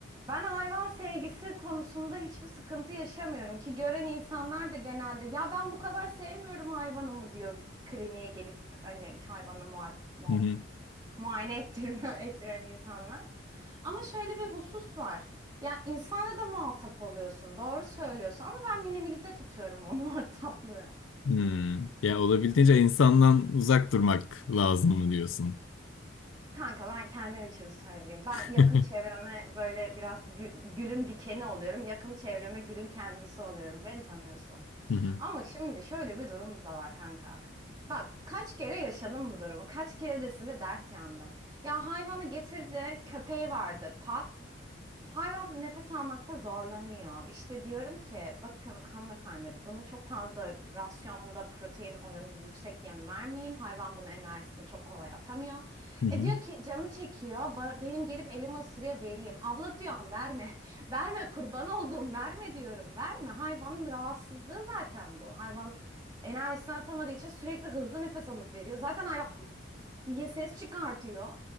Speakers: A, on the right; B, on the left.
A: ben hayvan sevgisi konusunda hiçbir sıkıntı yaşamıyorum ki gören insanlar da genelde ya ben bu kadar sevmiyorum hayvanımı diyor kliniğe gelip hani hayvanla muha- muhabbet,
B: hı.
A: muayene ettirme, <laughs> ettiren insanlar. Ama şöyle bir husus var. Ya insanla da muhatap oluyorsun. Doğru söylüyorsun ama ben minimalize tutuyorum o <laughs> muhataplığı.
B: Hmm. Ya olabildiğince insandan uzak durmak lazım mı diyorsun?
A: Kanka ben kendim için söyleyeyim.
B: <laughs>
A: Ben yakın
B: Hı
A: çevreme böyle biraz gü- gülün dikeni oluyorum. Yakın çevreme gülün kendisi oluyorum. Beni tanıyorsun.
B: hı.
A: Ama şimdi şöyle bir durum da var kanka. Bak kaç kere yaşadım bu durumu. Kaç kere de size dert yandım. Ya hayvanı getirdi, köpeği vardı, pak. Hayvan nefes almakta zorlanıyor. İşte diyorum ki bakın hanımefendi buna çok fazla rasyonda protein oranı yüksek yem vermeyin. Hayvan bunun enerjisini çok kolay atamıyor.
B: Hı hı.
A: E diyor ki canı çekiyor. Ba- benim gelip elimi ısırıyor vereyim. Abla diyorum verme. <laughs> Verme kurban olduğum verme diyorum. Verme. Hayvanın rahatsızlığı zaten bu. Hayvan enerjisini atamadığı için sürekli hızlı nefes alıp veriyor. Zaten hayvan ya ses çıkartıyor.